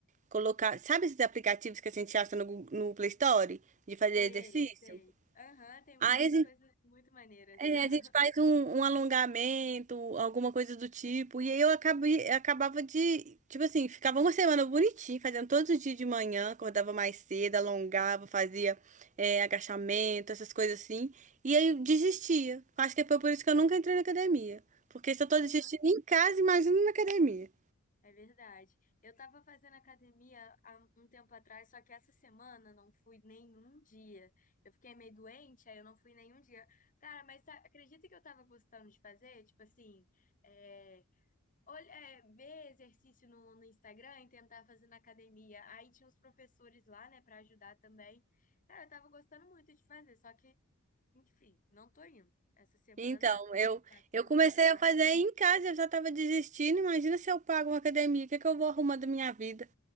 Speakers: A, on the right; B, on the left.
A: Colocar, sabe esses aplicativos que a gente acha no, Gu- no Play Store? De fazer
B: Sei,
A: exercício?
B: sei. Aham, tem
A: Aí,
B: várias coisas muito maneiras.
A: é,
B: <laughs>
A: a gente faz um, um alongamento, alguma coisa do tipo. E aí eu acabei, acabava de, tipo assim, ficava uma semana bonitinho, fazendo todos os dias de manhã, acordava mais cedo, alongava, fazia é, agachamento, essas coisas assim. E aí eu desistia. Acho que foi por isso que eu nunca entrei na academia. Porque se eu tô
B: Uhum.
A: desistindo em casa, imagina na academia.
B: É verdade. Eu estava fazendo academia há um tempo atrás, só que essa semana não fui nenhum dia. Eu fiquei meio doente, aí eu não fui nenhum dia. Cara, mas sa- acredita que eu estava gostando de fazer? Tipo assim, é, olha, é, ver exercício no, no Instagram e tentar fazer na academia. Aí tinha os professores lá, né, para ajudar também. Cara, eu estava gostando muito de fazer, só que, enfim, não tô indo. Essa semana,
A: Então, eu,
B: passando
A: eu comecei
B: mal,
A: a fazer
B: não fui.
A: em casa, eu já tava desistindo. Imagina se eu pago uma academia, o que é que eu vou arrumar da minha vida?